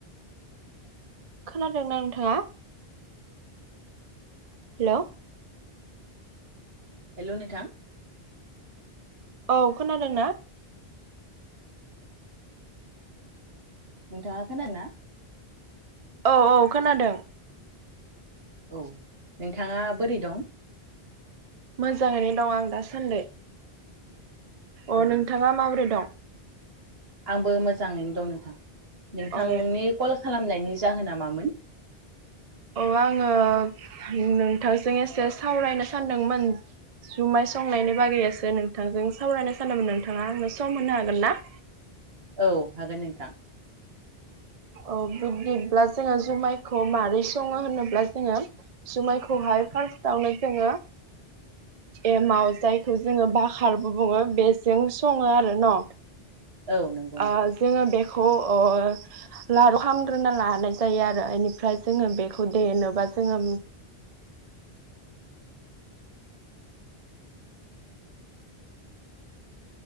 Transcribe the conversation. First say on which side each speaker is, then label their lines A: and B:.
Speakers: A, on the right; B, on the right.
A: <inaudible>
B: खोनादोंना नोंथाङा? Hello
A: hello नोंथां
B: औ खोनादोंना?
A: नोंथाङा खोनादोंना?
B: औ औ खोनादों
A: औ नोंथाङा बोरै दं
B: मोजाङैनो दं आं दासान्दै। अ
A: औ
B: नोंथाङा
A: नोंथां
B: माबोरै दं?
A: आंबो मोजाङैनो दं नोंथां। नोंथांनि
B: औ
A: कल खालामनायनि जाहोना मामोन?
B: अ आङो नोंथांजों एसे सावरायनो सानदोंमोन। जुमाय संनायनि बागैयासो नोंथांजों सावरायनो सानमोन नोंथाङा आंनो सम होनो हागोन ना?
A: औ हागोन नोंथां।
B: औ बिदिब्ला जोङो जुमायखौ माबोरै सङो होनोब्ला जोङो जुमायखौहाय फार्स्टआवनो जोङो एमाव जायखौ जोङो बखारबो बुङो बेजों सङो आरो न'।
A: औ नंगौ
B: ओ
A: नोंथां
B: जोङो बेखौ ओ लारु खालामग्रोना लानाय जायो आरो बेनिफ्राय जोङो बेखौ देनोबा जोङो